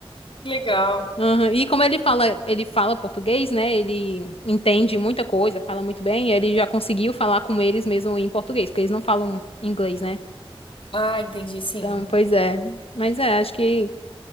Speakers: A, on the left; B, on the left.
A: Que Legal.
B: Aham, E como ele fala, ele fala português, né? Ele entende muita coisa, fala muito bem, e ele já conseguiu falar com eles mesmo em português, porque eles não falam inglês, né?
A: Ah, entendi, sim.
B: Então, pois é. Mas é, acho que